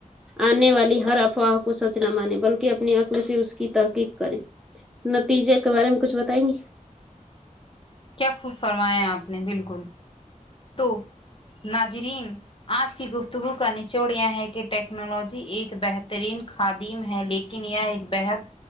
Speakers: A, in the centre; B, on the left.
A: آنے والی ہر افواہ کو سچ نہ مانے بلکہ کہ اپنی عقل سے اس کی تحقیق کریں نتیجے کے بارے میں کچھ بتائیں گی
B: کیا خوب فرمایا آپ نے بالکل تو ناجرین آج کی گفتگو کا نچوڑ یہ ہے کہ ٹیکنالوجی ایک بہترین خادیم ہے لیکن یہ ایک بےحد